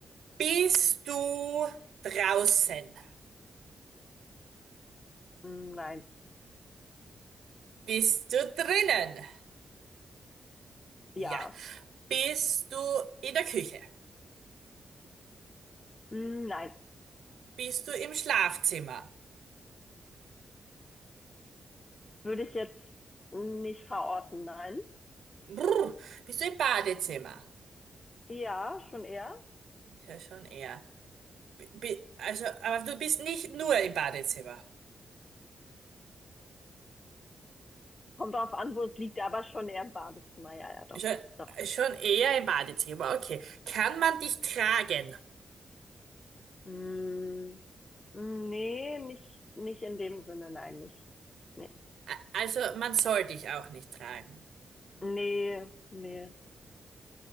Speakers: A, on the right; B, on the left.
A: Bist du draußen?
B: Mm, Nein,
A: Bist du drinnen?
B: ja,
A: Ja. Bist du in der Küche?
B: Mm, nein.
A: Bist du im Schlafzimmer?
B: Würde ich jetzt nicht verorten, nein.
A: Brr. Bist du im Badezimmer?
B: Ja, schon eher.
A: Ist Ja, schon eher. B bi- also, aber du bist nicht nur im Badezimmer.
B: Kommt drauf an, wo es liegt, aber schon eher im Badezimmer, ja, ja, doch,
A: Schon,
B: doch.
A: schon eher im Badezimmer. Okay. Kann man dich tragen?
B: Mm, Nee, nicht, nicht in dem Sinne, nein, nicht. Nee,
A: A- Also, man soll dich auch nicht tragen.
B: nee, nee,